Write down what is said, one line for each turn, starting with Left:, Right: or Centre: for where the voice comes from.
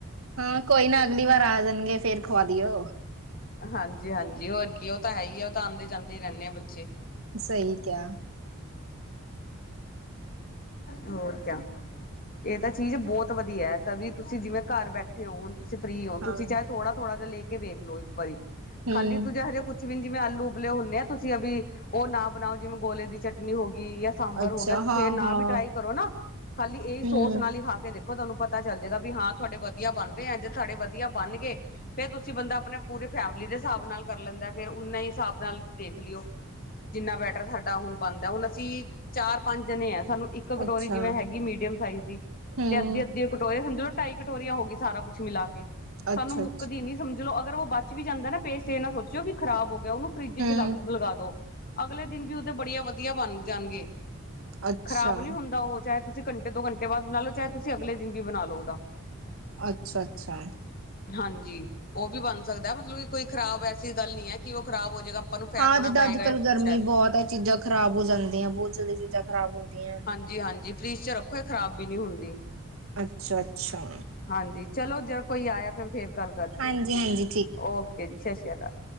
Right: ਹਾਂ ਕੋਈ ਨਾ ਅਗਲੀ ਵਾਰ ਆ ਜਾਣਗੇ ਫੇਰ ਖਵਾ ਦਿਓ।
Left: ਹਾਂਜੀ-ਹਾਂਜੀ ਹੋਰ ਕੀ ਉਹ ਤਾਂ ਹੈ ਹੀ ਆ ਉਹ ਤਾਂ ਆਂਦੇ-ਜਾਂਦੇ ਹੀ ਰਹਿੰਦੇ ਆ ਬੱਚੇ।
Right: ਸਹੀ ਕਿਹਾ
Left: ਹੋਰ ਕਿਆ ਇਹ ਤਾਂ ਚੀਜ਼ ਬਹੁਤ ਵਧੀਆ ਹੈ ਕਵੀ ਤੁਸੀਂ ਜਿਵੇਂ ਘਰ ਬੈਠੇ ਹੋਣ ਤੁਸੀਂ ਫਰੀ ਹੋ
Right: ਹਾਂ
Left: ਤੁਸੀਂ ਚਾਹੇ ਥੋੜਾ ਥੋੜਾ ਜਿ ਲੈ ਕੇ ਵੇਖ ਲੋ ਇੱਕ ਵਾਰੀ
Right: ਹੂੰ
Left: ਖਾਲੀ ਤੂੰ ਜੋ ਜਿਹਾ ਕੁ ਜਿਵੇਂ ਜਿਵੇਂ ਆਲੂ ਉਬਲੇ ਹੁੰਨੇ ਆ ਤੁਸੀਂ ਅਭੀ ਉਹ ਨਾ ਬਣਾਓ ਜਿਵੇਂ ਗੋਲੇ ਦੀ ਚਟਨੀ ਹੋ ਗਈ ਜਾਂ ਸਾਂਬਰ
Right: ਅੱਛਾ
Left: ਹੋ ਗਿਆ ਤੁਸੀਂ
Right: ਹਾਂ
Left: ਇਹ ਨਾ
Right: ਹਾਂ
Left: ਵੀ ਟਰਾਈ ਕਰੋ ਨਾ ਖਾਲੀ ਇਹਹੀ ਸੋਸ
Right: ਹੂੰ
Left: ਨਾਲ ਹੀ ਖਾ ਕੇ ਦੇਖੋ ਉਹ ਤੁਹਾਨੂੰ ਪਤਾ ਚੱਲ ਜਾਏਗਾ ਵੀ ਹਾਂ ਤੁਹਾਡੇ ਵਧੀਆ ਬਣਰਹੇ ਜੇ ਤੁਹਾਡੇ ਵਧੀਆ ਬਣ ਗਏ ਫੇਰ ਤੁਸੀਂ ਬੰਦਾ ਆਪਣੇ ਪੂਰੇ ਫੈਮਿਲੀ ਦੇ ਹਿਸਾਬ ਨਾਲ ਕਰ ਲੈਂਦਾ ਫੇਿਰ ਉਨੇ ਹਿਸਾਬ ਨਾਲ ਦੇਖ ਲਿਓ ਜਿੰਨਾ ਬੈਟਰ ਸਾਡਾ ਹੁਣ ਬੰਦਾ ਹੁਣ ਅਸੀਂ ਚਾਰ ਪੰਜ ਜਾਣੇ ਨੇ ਹੈ ਸਾਨੂੰ ਇੱਕ ਕਟੋਰੀ
Right: ਅੱਛਾ
Left: ਜਿਵੇਂ ਹੈਗੀ ਮੀਡੀਅਮ ਸਾਈਜ਼ ਦੀ
Right: ਹੂੰ
Left: ਤੇ ਅੱਧੀ ਅੱਧੀ ਕਟੋਰੇ ਸਮਜ਼ਲਓ ਟਾਈ ਕਟੋਰੀਆਂ ਹੋ ਗਿਆ ਸਾਰ ਕੁਛ ਮਿਲਾ ਕੇ ਸਾਨੂੰ
Right: ਅੱਛਾ
Left: ਮੁੱਕਦੀ
Right: ਅੱਛਾ
Left: ਨੀ ਸਮਝ ਲੋਓ ਅਗਰ ਉਹ ਬਚ ਵੀ ਜਾਂਦਾ ਨਾ ਪੇਇਸਟ ਇਹ ਨਾ ਸੋਚੋ ਜੋ ਵੀ ਖ਼ਰਾਬ ਹੋ ਗਿਆ ਉਹਨੂੰ ਫਰਿੱਜ ਚ
Right: ਹੂੰ
Left: ਲਗਾ ਦੋ ਅਗਲੇ ਦਿਨ ਵੀ ਉਹਦੇ ਬੜੀਆ ਵਧੀਆ ਬਣ ਜਾਣਗੇ
Right: ਅੱਛਾ
Left: ਖ਼ਰਬ ਨਹੀਂ ਹੁੰਦਾ ਉਹ ਚਾਹੇ ਤੁਸੀਂ ਘੰਟੇ ਦੋ ਘੰਟੇ ਬਾਅਦ ਬਣਾ ਲਓ ਚਾਹੇ ਤੁਸੀਂ ਅਗਲੇ ਦਿਨ ਵੀ ਬਣਾ ਲਓ ਉਹਦਾ
Right: ਅੱਛਾ ਅੱਛਾ
Left: ਹਾਂਜੀ ਉਹ ਵੀ ਬਣ ਸਕਦਾ ਮਤਲਬ ਇਹ ਕੋਈ ਖ਼ਰਾਬ ਐਸੀ ਗੱਲ ਨਹੀਂ ਹੈ ਕਿ ਉਹ ਖ਼ਰਾਬ ਹੋ ਜਾਏਗਾ ਨੂੰ ਫੈਕਣਾ
Right: ਹਾਂ ਜਿੱਦਾਂ
Left: ਪਏਗਾ
Right: ਅੱਜ ਕੱਲ੍ਹ
Left: ਜਾਂ ਕੁਛ
Right: ਗਰਮੀ ਬਹੁਤ ਹੈ ਚੀਜ਼ਾਂ ਖਰਾਬ ਹੋ ਜਾਂਦੀਆਂ ਬਹੁਤ ਜਲਦੀ ਚੀਜ਼ਾਂ ਖ਼ਰਾਬ ਹੁੰਦੀਆਂ
Left: ਹਾਂਜੀ ਹਾਂਜੀ ਫਰਿਜ ਚ ਰੱਖੋ ਖਰਾਬ ਵੀ ਨੀ ਹੁੰਦੀ
Right: ਅੱਛਾ ਅੱਛਾ
Left: ਹਾਂਜੀ ਚਲੋ ਜੇ ਕੋਈ ਆਇਆ ਫਿਰ ਫੇਰ ਗੱਲ ਕਰਦੀ
Right: ਹਾਂਜੀ
Left: ਹੈ
Right: ਹਾਂਜੀ
Left: ਓਕੇ ਜੀ ਸ਼੍ਰਿਆ ਅਕਾਲ